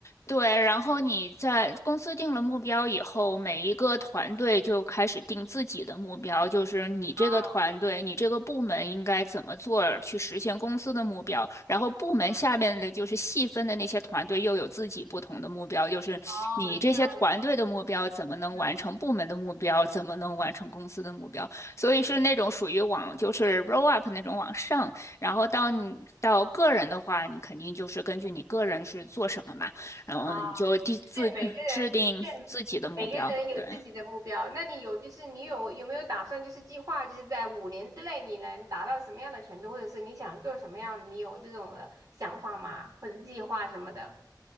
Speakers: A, on the left; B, on the right.
A: 对，然后你在公司定了目标以后，每一个团队就开始定自己的目标，就是你这个团队、
B: 啊，
A: 你这个部门应该怎么做儿去实现公司的目标。然后部门下面的就是细分的那些团队又有自己不同的目标，
B: 嗯，
A: 就是你这些团队的目标怎么能完成部门的目标，
B: 哦，这样，嗯，
A: 怎么能完成公司的目标。所以是那种属于往就是
B: 对，
A: roll up 那种往上，然后到你到个人的话，你肯定就是根据你个人是做什么嘛。然后你就第自制定自己的目标，
B: 啊。对，每个人，对，每个人有自己的目标。
A: 对，
B: 那你有，就是你有有没有打算，就是计划，就是在五年之内你能达到什么样的程度，或者是你想做什么样的，你有这种的想法吗？或者计划什么的？